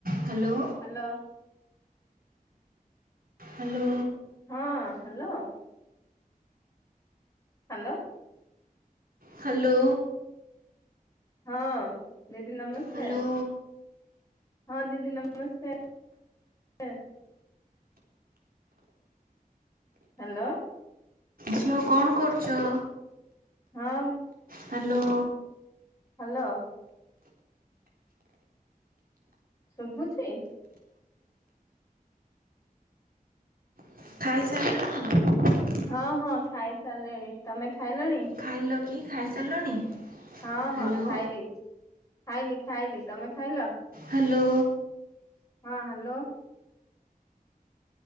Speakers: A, on the right (about 75°); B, on the left (about 20°).
A: Hello
B: hello.
A: Hello
B: ହଁ hello. Hello
A: hello
B: ହଁ, ଦିଦି ନମସ୍କାର।
A: ହ୍ୟାଲୋ
B: ହଁ, ଦିଦି ନମସ୍କାର। ହାଲୋ।
A: ଝିଅ କଣ କରୁଛ?
B: ହଁ
A: ହାଲୋ।
B: ହାଲୋ। ଶୁଭୁଛି
A: ଖାଇସାରିଲଣି?
B: ହଁ ହଁ ଖାଇ ସାରିଲିଣି, ତମେ ଖାଇଲଣି?
A: ଖାଇଲ କି, ଖାଇସାରିଲଣି?
B: ହଁ
A: ହ୍ୟାଲୋ
B: ହଁ ଖାଇଲି, ଖାଇଲି ଖାଇଲି, ତମେ ଖାଇଲ?
A: ହାଲୋ।
B: ହଁ ହାଲୋ।